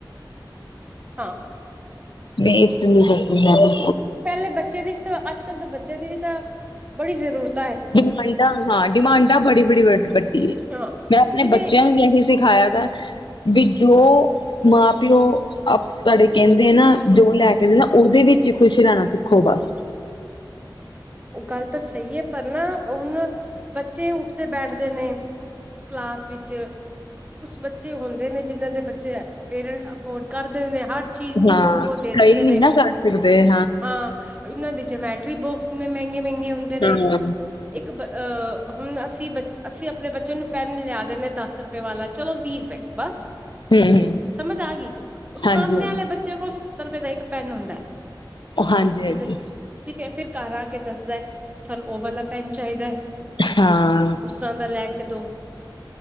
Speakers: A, on the right; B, on the left.
A: ਹਾਂ
B: ਵੇਸਟ ਨੀ ਕਰਦੀ ਹੈਗੀ
A: ਪਹਿਲੇ ਬੱਚੇ ਦੀ ਵੀ ਤਾਂ ਅੱਜ ਕੱਲ੍ਹ ਤੋਂ ਬੱਚੇ ਦੇ ਵੀ ਤਾਂ ਬੜੀ ਜ਼ਰੂਰਤ
B: ਡਿਮਾਂਡਾਂ ਹਾਂ ਡਿਮਾਂਡਾਂ ਬੜੀ ਬੜੀ ਵ ਵੱਡੀ ਹੈ
A: ਹਾਂ
B: ਮੈਂ ਆਪਣੇ
A: ਜਿਵੇਂ
B: ਬੱਚਿਆਂ ਨੂੰ ਵੀ ਏਹੀ ਸਿੱਖ ਸਿਖਾਇਆ ਦਾ ਵੀ ਜੋ ਮਾਂ ਪਿਓ ਅਪ ਤੁਹਾਡੇ ਕਹਿੰਦੇ ਆ ਨਾ ਜੋ ਲੈ ਕਹਿੰਦੇ ਨਾ ਉਹਦੇ ਵਿੱਚ ਹੀ ਖੁਸ਼ ਰਹਿਣਾ ਸਿੱਖੋ ਬਸ
A: ਉਹ ਗੱਲ ਤਾਂ ਸਹੀ ਹੈ ਪਰ ਨਾ ਹੁਣ ਬੱਚੇ ਉੱਠਦੇ ਬੈਠਦੇ ਨੇ ਕਲਾਸ ਵਿੱਚ ਕੁਛ ਬੱਚੇ ਹੁੰਦੇ ਨੇ ਜਿੰਹਨਾਂ ਦੇ ਬੱਚੇ ਪੇਰੈਂਟਸ ਅਫੋਰਡ ਕਰਦੇ ਨੇ ਹਰ ਚੀਜ਼ ਮੂੰਹ
B: ਹਾਂ
A: ਮੰਗੋ ਦੇ
B: ਸਹੀ
A: ਦਿੰਦੇ
B: ਨੀ
A: ਨੇ
B: ਨਾ ਕਰ ਸਕਦੇ
A: ਹਾਂ ਇਹਨਾਂ ਦੇ ਜਮੈਟਰੀ ਬੁੱਕਸ ਇਨੇਂ ਮਹਿੰਗੇ ਮਹਿੰਗੇ ਹੁੰਦੇ ਨੇ
B: ਹਾਂ ਹਮ
A: ਇੱਕ ਅਹ ਹੁਣ ਅਸੀਂ ਅਸੀਂ ਆਪਣੇ ਬੱਚੇ ਨੂੰ ਪੈੱਨ ਲਿਆ ਦਿੰਦੇ ਦਸ ਰੁਪਏ ਵਾਲਾ ਚਲੋ ਵੀਹ ਬਸ
B: ਹਮ
A: ਸਮਝ ਆ ਗਈ ਉਹ ਸਾਹਣੇ
B: ਹਾਂਜੀ ਹਾਂਜੀ
A: ਵਾਲੇ ਬੱਚੇ ਕੋ ਸੱਤਰ ਰੁਪਏ ਦਾ ਇਕ ਪੈਨ ਹੁੰਦਾ
B: ਹਾਂਜੀ
A: ਜਿਹਦੇ
B: ਹਾਂਜੀ
A: ਠੀਕ ਹੈ ਫਿਰ ਘਰ ਆ ਕੇ ਦੱਸਦਾ ਸਾਨੂੰ ਉਹ ਵਾਲਾ ਪੈਨ ਚਾਹੀਦਾ
B: ਹਾਂ
A: ਉਸ ਤਰ੍ਹਾਂ ਦਾ ਲੈ ਕੇ ਦੋ